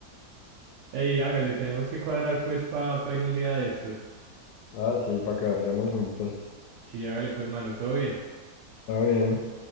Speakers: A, on the right; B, on the left.
A: Ey, hágale, tenemos que cuadrar pues para ir un día de estos.
B: Ah, sí, para que vayamos juntos.
A: Sí, hágale pues, mano, todo bien.
B: Está bien.